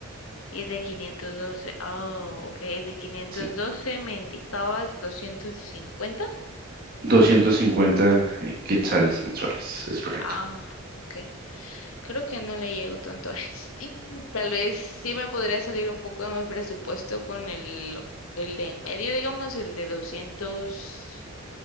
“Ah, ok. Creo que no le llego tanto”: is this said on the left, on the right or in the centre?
Left